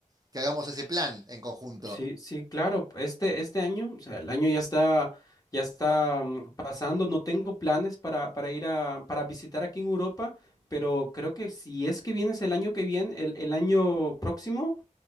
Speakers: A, on the right (about 30°); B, on the left (about 30°).
A: que hagamos ese plan en conjunto.
B: Sí, sí, claro. Este, este año, o sea, el año ya está, ya está mm, pasando. No tengo planes para, para ir a, para visitar aquí en Europa, pero creo que si es que vienes el año que viene, el, el año próximo,